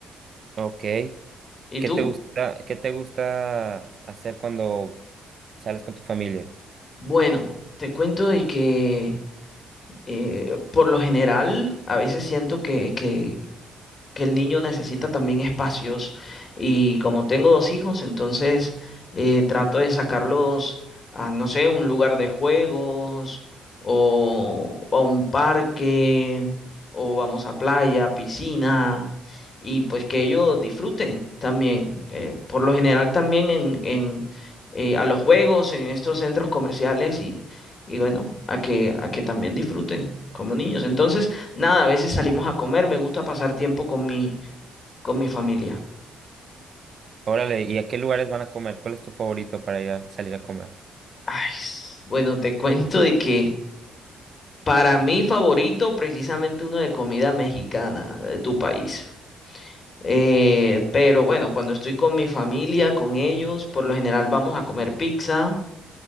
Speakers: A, on the right; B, on the left.
A: Ok,
B: ¿Y
A: ¿qué
B: tú?
A: te gusta, qué te gusta hacer cuando sales con tu familia?
B: Bueno, te cuento de que eh, por lo general a veces siento que, que que el niño necesita también espacios y como tengo dos hijos, entonces eh, trato de sacarlos a, no sé, un lugar de juegos o a un parque o vamos a playa, piscina y pues que ellos disfruten también. Eh, por lo general también en, en, eh, a los juegos, en estos centros comerciales y, y bueno, a que, a que también disfruten como niños. Entonces, Nada, a veces salimos a comer, me gusta pasar tiempo con mi, con mi familia.
A: Órale, ¿y a qué lugares van a comer? ¿Cuál es tu favorito para ir a salir a comer?
B: Ay, s- bueno, te <laughs> cuento de que para mí favorito, precisamente uno de comida mexicana de tu país. Eh, pero bueno, cuando estoy con mi familia, con ellos, por lo general vamos a comer pizza